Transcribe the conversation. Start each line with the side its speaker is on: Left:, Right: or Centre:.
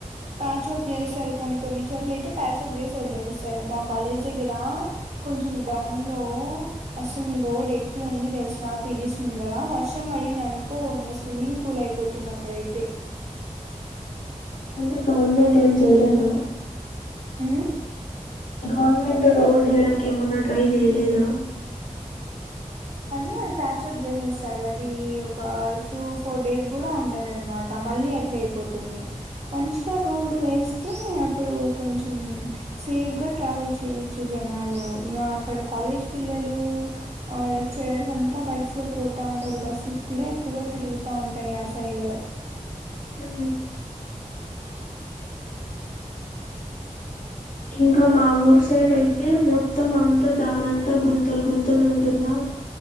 Right: ప్యాచ్ వర్క్ చేస్తారు కొన్ని కొన్ని చోట్ల అయితే ప్యాచ్ వర్క్ చేసి వదిలేస్తారు మా కాలేజ్ దగ్గర కొంచెం డౌన్ ఇంట్లో అసలు రోడ్ ఎట్లు ఉంది తెలిసిన పిది సుందరా వర్షం పడింది అనుకో ఇంకా స్విమ్మింగ్ పూల్ అయిపోతుంది అక్కడైతే
Left: అంటే గవర్నమెంట్ ఏం చేయలేదా
Right: ఊ
Left: గవర్నమెంట్ రోడ్ వేయడానికి ఏమన్నా ట్రై చేయలేదా
Right: క్క ప్యాచ్ వర్క్ చేసేస్తారు అది ఒక టూ ఫోర్ డేస్ కూడా ఉండదు అనమాట మళ్ళీ అట్లే అయిపోతుంది మంచిగా రోడ్ వేస్తే అప్పుడు కొంచం సేఫ్ గా ట్రావెల్ చేయొచ్చు జనాలు ఇంకా అక్కడ కాలేజ్ పిల్లలు ఊ ఆ లెక్చరర్స్ అంతా బైక్స్ లో పోతా ఉంటారు బస్సెస్ కూడా ఎక్కువగా తిరుగుతా ఉంటాయి ఆ సైడ్
Left: ఊ ఇంకా మా ఊరి సైడ్ అయి అయితే మొత్తం అంతా దారంతా గుంతలు గుంతలు ఉంటుందా